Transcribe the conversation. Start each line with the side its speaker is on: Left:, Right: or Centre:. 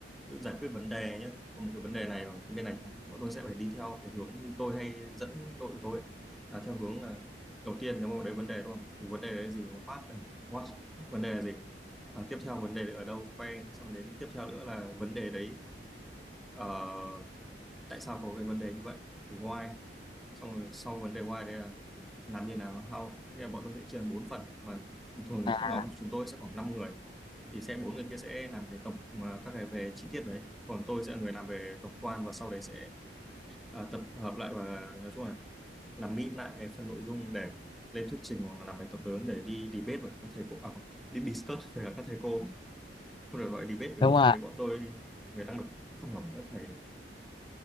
Centre: ví dụ giải quyết vấn đề nhé có một cái vấn đề này ở cái bên này chẳng hạn, bọn tôi sẽ phải đi theo cái hướng như tôi hay dẫn đội của tôi ấy, là theo hướng là đầu tiên nếu mà đấy vấn đề đúng không thì vấn đề đấy là gì what này what vấn đề là gì à, tiếp theo vấn đề đấy ở đâu quay xong đến tiếp theo nữa là vấn đề đấy ờ, tại sao có cái vấn đề như vậy thì why xong rồi sau vấn đề why đấy là làm như nào là how nghĩa là bọn tôi sẽ chia thành bốn phần mà thường
Left: à,
Centre: các nhóm chúng tôi sẽ khoảng năm người thì sẽ bốn người kia sẽ làm cái tổng à, các cái về chi tiết đấy còn tôi sẽ là người làm về tổng quan và sau đấy sẽ à, tập hợp lại và nói chung là làm mịn lại cái phần nội dung để lên thuyết trình hoặc là làm bài tập lớn để đi debate với các thầy cô à, không, đi discuss với các thầy cô không được gọi là debate bởi
Left: đúng
Centre: vì thực
Left: rồi
Centre: tế bọn tôi về năng lực không hiểu các thầy được